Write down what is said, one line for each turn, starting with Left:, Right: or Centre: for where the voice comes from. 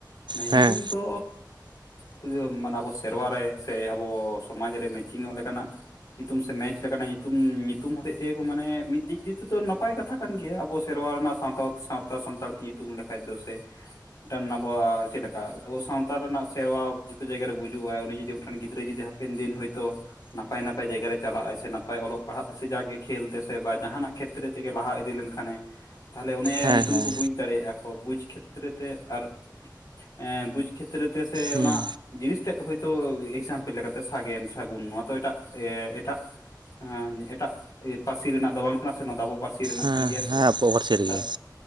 Left: ᱱᱮ ᱧᱩᱛᱩᱢ
Right: ᱦᱮᱸ
Left: ᱛᱚ <unintelligible> ᱢᱟᱱᱮ ᱟᱵᱚ ᱥᱮᱨᱣᱟ ᱨᱮ ᱥᱮ ᱟᱵᱚ ᱥᱚᱢᱟᱡᱽ ᱨᱮ ᱢᱮᱪᱤᱝᱚᱜ ᱞᱮᱠᱟᱱᱟᱜ ᱧᱩᱛᱩᱢ ᱥᱮ ᱢᱮᱪ ᱞᱮᱠᱟᱱᱟᱜ ᱧᱩᱛᱩᱢ ᱧᱩᱛᱩᱢ ᱦᱚᱛᱮᱡ ᱛᱮ, ᱠᱚ ᱢᱟᱱᱮ ᱢᱤᱫ ᱫᱤᱠ ᱫᱤᱭᱮ ᱛᱮᱫᱚ ᱱᱟᱯᱟᱭ ᱠᱟᱛᱷᱟ ᱠᱟᱱ ᱜᱮᱭᱟ ᱟᱵᱚ ᱥᱮᱨᱣᱟ ᱨᱮᱱᱟᱜ ᱥᱟᱱᱛᱟᱞ ᱥᱟᱶᱛᱟ ᱥᱟᱱᱛᱟᱲ ᱛᱤ ᱛᱩᱢ ᱫᱟᱠᱟᱭ ᱫᱚ ᱥᱮ, ᱢᱤᱜᱴᱟᱝ ᱟᱵᱚᱣᱟᱜ ᱪᱮᱫ ᱞᱮᱠᱟ ᱟᱵᱚ ᱥᱟᱶᱛᱟ ᱨᱮᱱᱟᱜ ᱥᱮᱨᱣᱟ ᱡᱚᱛᱚ ᱡᱟᱭᱜᱟ ᱨᱮ ᱵᱩᱡᱩᱜᱼᱟ ᱩᱱᱤ ᱡᱩᱫᱤ ᱢᱤᱜᱴᱟᱝ ᱜᱤᱫᱽᱨᱟᱹ ᱡᱩᱫᱤ ᱦᱟ ᱯᱮᱱ ᱫᱤᱱ ᱦᱚᱭᱛᱚ ᱱᱟᱯᱟᱭ ᱱᱟᱯᱟᱭ ᱡᱟᱭᱜᱟ ᱨᱮ ᱪᱟᱞᱟᱜ ᱟᱭ ᱥᱮ ᱱᱟᱯᱟᱭ ᱚᱞᱚᱜ ᱯᱟᱲᱦᱟᱜ ᱛᱮᱥᱮ ᱡᱟᱜᱮ ᱠᱷᱮᱞᱛᱮ ᱥᱮ ᱵᱟ ᱡᱟᱦᱟᱸᱱᱟᱜ ᱠᱷᱮᱛᱨᱮ ᱛᱮᱜᱮ ᱞᱟᱦᱟ ᱤᱫᱤ ᱞᱮᱱᱠᱷᱟᱱᱮ ᱛᱟᱦᱞᱮ ᱩᱱᱤᱭᱟᱜ
Right: ᱦᱮᱸ
Left: ᱧᱩᱛᱩᱢ
Right: ᱦᱮᱸ
Left: ᱠᱚ ᱵᱩᱡ ᱫᱟᱲᱮᱭᱟᱜᱼᱟ᱾ ᱚ ᱵᱩᱡ ᱠᱷᱮᱛᱨᱮ ᱛᱮ ᱟᱨ ᱮᱸ ᱵᱩᱡ ᱠᱷᱮᱛᱨᱮ ᱛᱮ ᱥᱮ
Right: ᱦᱩᱸ
Left: ᱚᱱᱟ, ᱡᱤᱱᱤᱥ ᱛᱮ ᱫᱚ ᱦᱚᱭᱛᱚ ᱢᱤᱜ ᱥᱟᱶᱛᱮ ᱞᱮᱠᱟᱛᱮ ᱥᱟᱜᱮᱱ ᱥᱟᱹᱜᱩᱱ ᱱᱚᱣᱟ ᱛᱚ ᱮᱴᱟᱜ ᱮ ᱮᱴᱟᱜ ᱮᱸ ᱮᱴᱟᱜ ᱤᱭᱟᱹ ᱯᱟᱹᱨᱥᱤ ᱨᱮᱱᱟᱜ ᱫᱚ ᱵᱟᱝ ᱠᱟᱱᱟ ᱥᱮ ᱱᱚᱣᱟ ᱫᱚ ᱟᱵᱚ ᱯᱟᱹᱨᱥᱤ ᱨᱮᱱᱟᱜ
Right: ᱦᱮᱸ
Left: ᱠᱟᱱ ᱜᱮᱭᱟ ᱥᱮ᱾
Right: ᱦᱮᱸ ᱟᱵᱚᱣᱟᱜ ᱯᱟᱹᱨᱥᱤ ᱨᱮᱜᱮ
Left: ᱛᱟᱞ